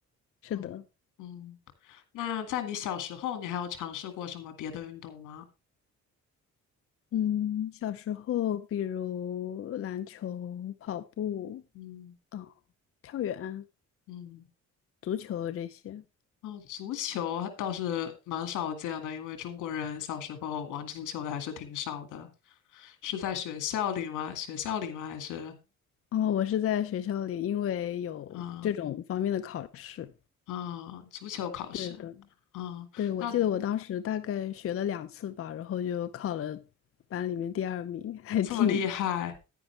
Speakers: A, on the left (about 50°); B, on the left (about 85°).
A: 是的。
B: 嗯嗯，那在你小时候，你还有尝试过什么别的运动吗？
A: 嗯，小时候比如篮球、跑步、
B: 嗯。
A: 哦，跳远、
B: 嗯
A: 足球这些。
B: 哦，足球倒是蛮少见的，因为中国人小时候玩足球的还是挺少的。是在学校里吗？学校里吗？还是
A: 哦，我是在学校里，因为有这种方面的考试。
B: 嗯嗯，足球考试？
A: 对的，
B: 嗯，
A: 对，我记得我当时大概学了两次吧，
B: 那
A: 然后就考了班里面第二名，还挺
B: 这么厉害？